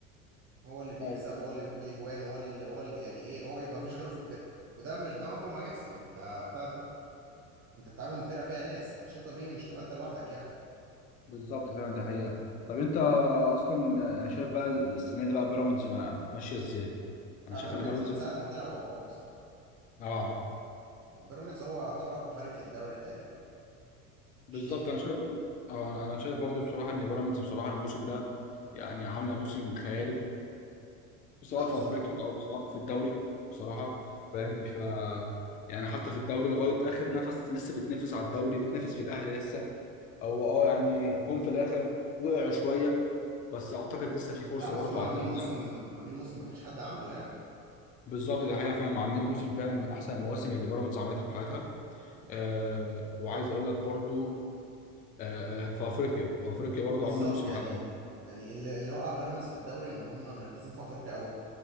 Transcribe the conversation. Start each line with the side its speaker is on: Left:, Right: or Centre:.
Right: هو اللي بيكسب
Left: أيوة.
Right: هو اللي بيجيب الاجوان هو اللي هو اللي يعني ايه هو يبقى مفيش غيره في الفرقه وده مش ده عمره ما هيحصل انت بتاع ده انت بتعامل فرقه فيها ناس فشيء طبيعي مش تبقى انت لوحدك يعني
Left: بالظبط فعلا ده حقيقه طب انت اصلا يعني شايف بقى السنه دي بقى بيراميدز ما- ماشيه ازاي
Right: لا
Left: انا شايف
Right: بيراميدز
Left: ان بيراميدز
Right: من ساعه ما طلع هو قوي بصراحه
Left: اه
Right: يعني بيراميدز هو يعتبر اقوى فريق في الدوري تقريبا
Left: بالظبط
Right: مش ننكر
Left: انا شايف برضه اه انا أنا شايف برضه بصراحه ان بيراميدز بصراحه الموسم ده يعني عامله موسم خيالي سواء
Right: لا بصراحه
Left: في افريقيا او سواء في الدوري بصراحه فاهم ف يعني حتى في الدوري لغايه اخر نفس لسه بتنافس على الدوري بتنافس في الاهلي لسه هو اه يعني جم في الاخر وقعوا شويه بس اعتقد لسه في فرصه
Right: لا بس
Left: برضه
Right: هم عاملين
Left: على الدوري
Right: موسم عاملين موسم مفيش حد عامله يعني
Left: بالظبط دي حقيقه فعلا عاملين موسم فعلا من احسن المواسم اللي بيراميدز عملتها في حياتها
Right: لا،
Left: أه وعايز اقول لك برضه أه آه، في افريقيا في افريقيا برضه
Right: بالظبط
Left: عامله موسم
Right: يعني
Left: عالمي
Right: يعني اللي, اللي وقع بيراميدز في الدوري ان هم مركزين في افريقيا قوي